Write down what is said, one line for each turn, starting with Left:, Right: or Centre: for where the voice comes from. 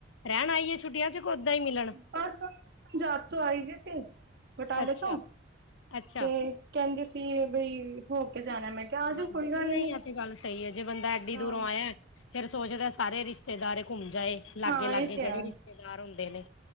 Left: ਰਹਿਣ ਆਈ ਹੈ ਛੁੱਟੀਆ'ਚ, ਕ ਓਹਦਾਂ ਈ ਮਿਲਣ?
Right: ਬੱਸ ਪੰਜਾਬ ਤੋਂ ਆਈ ਗਈ ਸੀ, ਬਟਾਲੇ
Left: ਅੱਛਾ
Right: ਤੋਂ,
Left: ਅੱਛਾ
Right: ਤੇ ਕਹਿੰਦੀ ਸੀ ਬਈ, ਹੋਕੇ ਜਾਣਾ ਮੈਂ'' ਕਿਹਾ ਆਜੋ
Left: ਹਾਂਜੀ,
Right: ਕੋਈ ਗੱਲ
Left: ਨਹੀਂ
Right: ਨੀ
Left: ਐ, ਤੇੇ ਗੱਲ ਸਹੀ ਹੈ। ਜੇ ਬੰਦਾ ਐਡੀ
Right: ਹਾਂ
Left: ਦੂਰੋਂ ਆਇਆ ਫਿਰ ਸੋਚਦਾ ਸਾਰੇ ਰਿਸ਼ਤੇਦਾਰ ਘੁੰਮ ਜਾਏ, ਲਾੱਗੇ-ਲਾੱਗੇ
Right: ਹਾਂ ਇਹ ਤੇ
Left: ਜਿਹੜੇ
Right: ਹੈ
Left: ਰਿਸ਼ਤੇਦਾਰ ਹੁੰਦੇ ਨੇ।